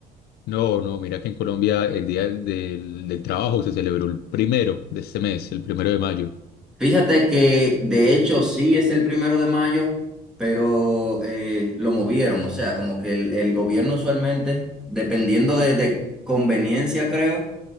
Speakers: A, on the left; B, in the centre.
A: no, no, mira que en Colombia el Día del, del- del Trabajo se celebró el primero de este mes, el primero de mayo.
B: Fíjate que de hecho sí es el primero de mayo, pero eh, lo movieron, o sea, como que el, el gobierno usualmente, dependiendo de, de conveniencia, creo.